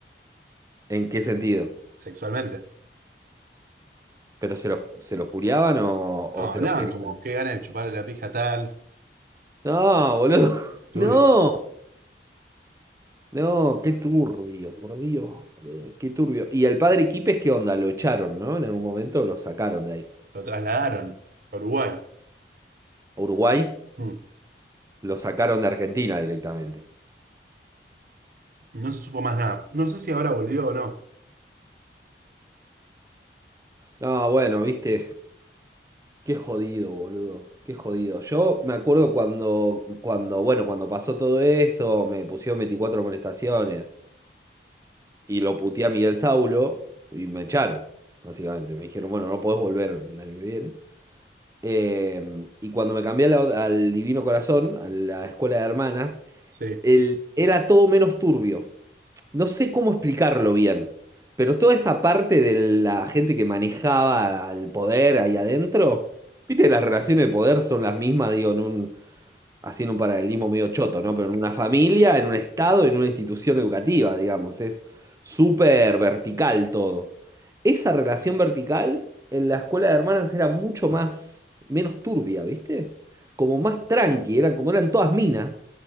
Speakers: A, on the right (about 20°); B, on the right (about 50°).
A: ¿En qué sentido?
B: sexualmente.
A: ¿Pero se los, se los curiaban o, o
B: No, hablaban
A: se los querían?
B: como qué ganas de chuparle la pija a tal,
A: No, boludo, <laughs>
B: turbio.
A: no, no, qué turbio, por Dios, boludo, qué turbio. ¿Y el padre Quipes qué onda? Lo echaron, ¿no? En algún momento lo sacaron de ahí.
B: Lo trasladaron a Uruguay.
A: A Uruguay
B: Mm,
A: lo sacaron de Argentina directamente.
B: No se supo más nada. No sé si ahora volvió o no.
A: No, bueno, viste. Qué jodido, boludo. Qué jodido. Yo me acuerdo cuando, cuando, bueno, cuando pasó todo eso, me pusieron 24 molestaciones y lo puteé a Miguel Saulo y me echaron, básicamente. Me dijeron, bueno, no podés volver el año que viene. Eh, y cuando me cambié a la- al, Divino Corazón, a la escuela de hermanas,
B: Sí,
A: el- era todo menos turbio. No sé cómo explicarlo bien, pero toda esa parte de la gente que manejaba el poder ahí adentro, viste, las relaciones de poder son las mismas, digo, en un, haciendo un paralelismo medio choto, ¿no? Pero en una familia, en un estado, en una institución educativa, digamos, es súper vertical todo. Esa relación vertical en la escuela de hermanas era mucho más, menos turbia, ¿viste? Como más tranqui, eran como eran todas minas.